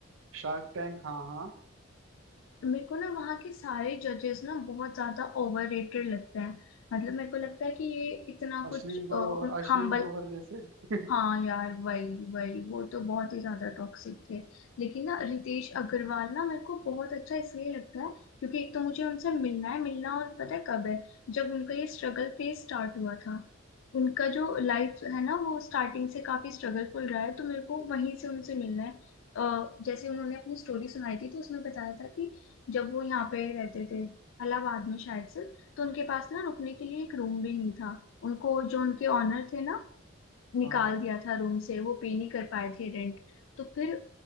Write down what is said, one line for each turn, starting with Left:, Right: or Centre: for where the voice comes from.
Right: शार्क टैंक हाँ हाँ
Left: मेरे को ना वहाँ के सारे जजेस ना बहुत ज्यादा ओवर रेटेड लगते हैं मतलब मेरे को लगता है कि ये इतना
Right: अश्लील
Left: कुछ
Right: ग्रोवर अश्लील
Left: हम्बल
Right: ग्रोवर जैसे <laughs>
Left: हाँ यार वही वही वो तो बहुत ही ज्यादा टॉक्सिक थे लेकिन ना रितेश अग्रवाल ना मेरे को बहुत अच्छा इसलिए लगता है क्योंकि एक तो मुझे उनसे मिलना है मिलना और पता है कब है जब उनका ये स्ट्रगल फेज स्टार्ट हुआ था उनका जो लाइफ है ना वो स्टार्टिंग से काफी स्ट्रगलफुल रहा है तो मेरे को वहीं से उनसे मिलना है अ, जैसे उन्होंने अपनी स्टोरी सुनाई थी तो उसमें बताया था कि जब वो यहाँ पे रहते थे इलाहाबाद में शायद से तो उनके पास ना रुकने के लिए एक रूम भी नहीं था उनको जो उनके ऑनर थे ना निकाल
Right: हाँ
Left: दिया था रूम से वो पे नहीं कर पाए थे रेंट तो फिर